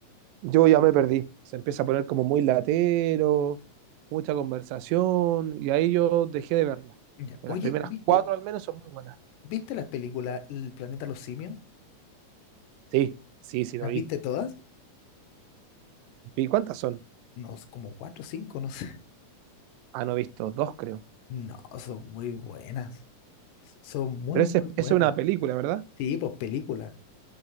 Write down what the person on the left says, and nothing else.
¿Ya?
Oye,
¿viste,
viste las películas El planeta de los simios?
¿Las
viste todas?
No, como cuatro o cinco, no sé. <laughs>
No, son muy buenas. Son muy,
muy
buenas.
Sí, pues películas,